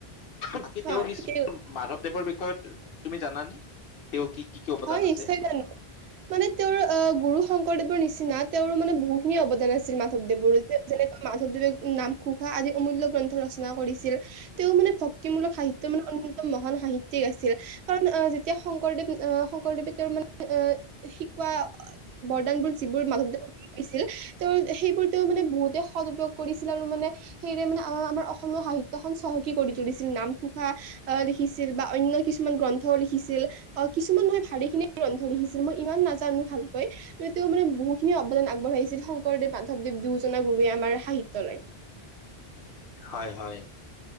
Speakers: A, on the left (about 65°); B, on the right (about 85°).
A: বাকী
B: হয়
A: তেওঁৰ শিষ্য
B: ঠিকেই কৈছে।
A: মাধৱদেৱৰ বিষয়ে তুমি জানানে? তেওঁ কি কি কি অৱদান
B: হয়
A: আছে
B: নিশ্চয় জানো। মানে তেওঁৰ আ গুৰু শংকৰদেৱৰ নিচিনা তেওঁৰো মানে বহুখিনি অৱদান আছে। মাধৱদেৱৰো, যে যেনেকে মাধৱদেৱে নাম ঘোষা আদি অমূল্য গ্ৰন্থ ৰচনা কৰিছিল। তেওঁ মানে ভক্তিমূলক সাহিত্যৰ মানে অন্যতম মহান সাহিত্যিক আছিল। কাৰণ আহ, যেতিয়া শংকৰদেৱ অঁহ শংকৰদেৱে তেওঁৰ মানে অ' শিকোৱা বৰদানবোৰ যিবোৰ মাধৱদেৱ হৈছিল, তেওঁৰ সেইবোৰ তেওঁ মানে বহুতে সদ প্ৰয়োগ কৰিছিল আৰু মানে সেইয়েৰে মানে আ' আমাৰ অসমীয়া সাহিত্যখন চহকী কৰি তুলিছিল নামঘোষা আহ' লিখিছিল বা অন্য কিছুমান গ্ৰন্থও লিখিছিল। অঁ' কিছুমান নহয় ভালেখিনিয়ে গ্ৰন্ধ লিখিছিল মই ইমান নাজানোঁ ভালকৈ। তেওঁ মানে বহুখিনি অৱদান আগবঢ়াইছিল শংকৰদেৱ মাধৱদেৱ দুয়োজনা গুৰুৱে আমাৰ সাহিত্যলৈ।
A: হয়-হয়।